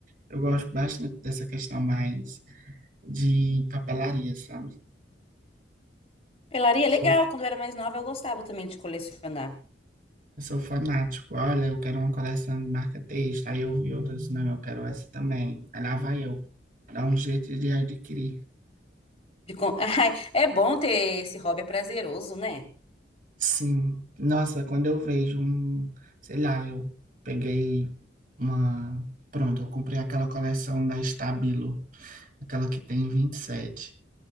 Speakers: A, on the right; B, on the left.
A: Eu gosto bastante dessa questão mais de papelaria, sabe?
B: Pelaria, é
A: Sou,
B: legal. Quando eu era mais nova, eu gostava também de colecionar.
A: eu sou fanático. Olha, eu quero uma coleção de marca-texto. Aí eu vi outras, não, eu quero essa também. Aí lá vai eu, dá um jeito de adquirir.
B: De con- <laughs> Ai, é bom ter esse hobby, é prazeroso, né?
A: Sim, nossa, quando eu vejo um, sei lá, eu peguei uma, pronto, eu comprei aquela coleção da Stabilo, aquela que tem vinte e sete